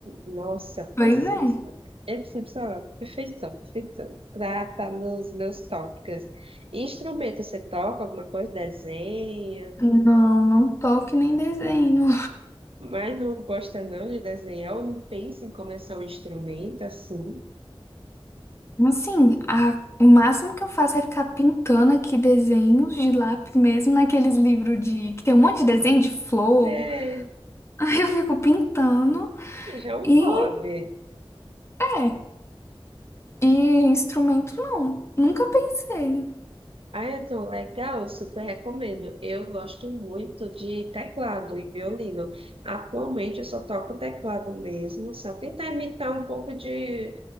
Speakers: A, on the right (about 70°); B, on the left (about 30°).
A: nossa,
B: Pois
A: preciso.
B: é.
A: É excepcional, perfeição, perfeição. Pra estar nos meus tópicos. Instrumento, você toca alguma coisa? Desenha,
B: Não, não toque nem desenho.
A: mas não gosta não de desenhar ou não pensa em começar um instrumento assim?
B: Assim, a- o máximo que eu faço é ficar pintando aqui desenhos de lápis mesmo, naqueles livros de... que tem um monte de desenho de flor.
A: Você-
B: <laughs> Aí eu fico pintando
A: já é um
B: e...
A: hobby.
B: é. E instrumento, não. Nunca pensei.
A: Ah, então, legal, super recomendo. Eu gosto muito de teclado e violino. Atualmente eu só toco teclado mesmo, só tentar imitar um pouco de